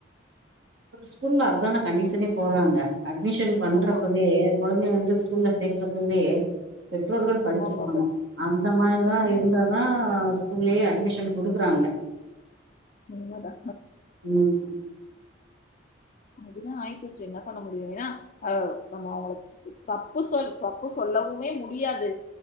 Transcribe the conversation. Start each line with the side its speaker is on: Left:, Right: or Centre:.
Right: ஒரு ஸ்கூல்ல அத்தான கண்டிஷனே போட்றாங்க அட்மிஷன் பண்றப்பவே
Left: ஆமா
Right: குழந்தைய வந்து ஸ்கூல்ல சேக்கறப்பவே பெற்றோர்கள் படிச்சிருக்கணு
Left: அம்மா அப்பா
Right: அந்த மாரிதா
Left: கண்டிப்பா
Right: இருந்ததா ஸ்கூல்லயே அட்மிஷன் குடுக்குறாங்க
Left: உண்மதா
Right: ம்
Left: அப்டிதா ஆய்ப்போச்சு என்ன பண்ண முடியு எனா அ நம்ம அவங்களுக் தப்பு சொல் தப்பு சொல்லவுமே முடியாது